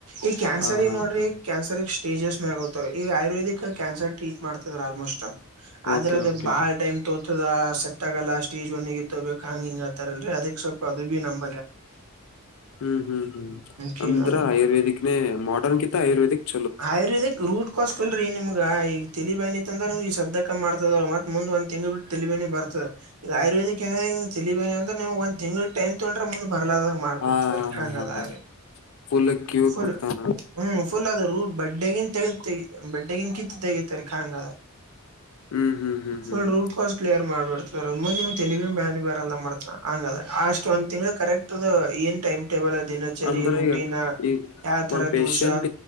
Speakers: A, on the right (about 80°); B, on the left (about 65°).
A: ಈ ಕ್ಯಾನ್ಸರ್
B: ಹಾ ಹಾ
A: ನೋಡ್ರಿ
B: ಹಾ
A: ಕ್ಯಾನ್ಸರ್ ಸ್ಟೇಜಸ್ ಮ ಆಗತಾರ ಈಗ ಆುರ್ವದಿಕ್ ಕ್ಯಾನ್ಸರ್ ಟ್ರೀಟ್ ಮಾಡತದ ಆಲ್ಮೋಸ್ಟ್ ಆದದ್ರ
B: ಓಕೆ
A: ಅದ
B: ಓಕೆ
A: ಬಾಳ್ ಟೈಮ್ ತೋತದ ಸೆಟ್ ಆಗಲ್ಲ ಸ್ಟೇಜ್ ಒನ್ಗ <unintelligible> ತೊ್ಬೇಕಕ್ <unintelligible> ಹಿಂಗ ಆತರಲ್ರಿ ಅದಕ್ ಸ್ವಲ್ಪ ಅದು ಬಿ ನಮ
B: ಹ್ಮ್ ಹ್ಮ್ ಹ್ಮ್
A: ಕಿಂಗ್
B: ಅಂದ್ರ
A: ಅದಾರ
B: ಆಯುರ್ವೇದಿಕ ನ ಮಾರ್ಡರ್ನ್ತ್ತ ಆಯುರ್ವೇದಕ್
A: ಆಯುರ್ವೇದಿಕ್ ರೂಟ್ ಕಸ್ಕಲ್ರೀ ನಿಮ್ಗ ಈಗ ತಲಿ ಬಿತ್ ಅಂದ್ರಮಗೆಗ ಸದ ಮಾಡ್ತದ ಮತ್ತೆ ಮುಂದ ಒಂದ್ ತಿಂಗಳ ಬಿಟ್ಟ ತಿಬೇಿ ಬರ್ತದೆ ಆಯುರ್ವೇದಿ ಏ ತಿಲಿಬೇಿ ಅಂದ್ರ ನಿ ಟೈನ್ ತೊೊಂಡ್ರ ಮು ಬ <unintelligible> ಮಾಡಕಡ್ತದ್ರ
B: ಹಾ ಹಾ
A: ಹಂಗದ
B: ಹಾ ಹಾ
A: ರ
B: ಫುಲ್ ಕ್ಯೂರ್
A: ಫುಲ್
B: ಕೊಡ್ತಾನ
A: ಹ್ಮ ಫುಲ್ ಅ ಬಡ್ಡೆಗಿನ್ ತಗತ್ತ ಬಡ್ಡೆಗಿನ್ ಕಿತ್ತು ತೆಗತಾರೆ ಕಂಗ
B: ಹ್ಮ್ ಹ್ಮ್ ಹ್ಮ್ ಹ್ಮ್
A: ಫುಲ್
B: ಹ್ಮ್
A: ರೂಟ್ ಕಾಸ್ ಕ್ಲಿಯರ್ ಮಾಡ್ಬು ಂದ್ ನಿಮ ತೆಗ ಬ ಬೇಲ್ಲ ಮಾಡ್ತ ಹಂಗ ಅ ಅಷ್ಟ ಒಂದ್ ತಿಂಗ್ ಕರೆಕ್ಟ್ ಏ ೈಮ್ <unintelligible> <unintelligible> ದಿನಚರಿ
B: ಅಂದ್ರೆ
A: ರರುಟಿನ
B: ಈಗ ಈಗ
A: ಯಾವ ತರ
B: ಒಂದ್ ಪೇಶೆಂಟ್
A: ದೋಷ